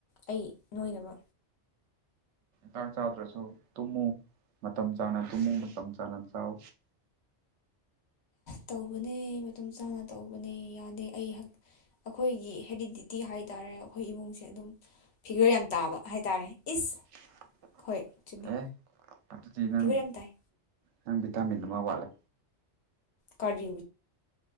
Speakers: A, on the left; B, on the right.
A: ꯑꯩ ꯅꯣꯏꯅꯕ
B: ꯗꯥꯛ ꯆꯥꯗ꯭ꯔꯁꯨ ꯇꯨꯝꯃꯨ ꯃꯇꯝ ꯆꯥꯅ ꯇꯨꯝꯃꯨ ꯃꯇꯝ ꯆꯥꯅ ꯆꯥꯎ
A: ꯇꯧꯕꯅꯦ ꯃꯇꯝ ꯆꯥꯅ ꯇꯧꯕꯅꯦ ꯌꯥꯗꯦ ꯑꯩ ꯑꯩꯈꯣꯏꯒꯤ ꯍꯦꯔꯤꯗꯤꯇꯤ ꯍꯥꯏ ꯇꯥꯔꯦ ꯑꯩꯈꯣꯏ ꯏꯃꯨꯡꯁꯦ ꯑꯗꯨꯝ ꯐꯤꯒꯔ ꯌꯥꯝ ꯇꯥꯕ ꯍꯥꯏ ꯇꯥꯔꯦ ꯏꯁ
B: <unintelligible>
A: ꯍꯣꯏ ꯆꯨꯝꯃꯦ
B: ꯑꯦ ꯑꯗꯨꯗꯤ ꯅꯪ
A: ꯐꯤꯒꯔ ꯌꯥꯝ ꯇꯥꯏ
B: ꯅꯪ ꯚꯤꯇꯥꯃꯤꯟ ꯑꯃ ꯋꯥꯠꯂꯦ
A: ꯀꯔꯤ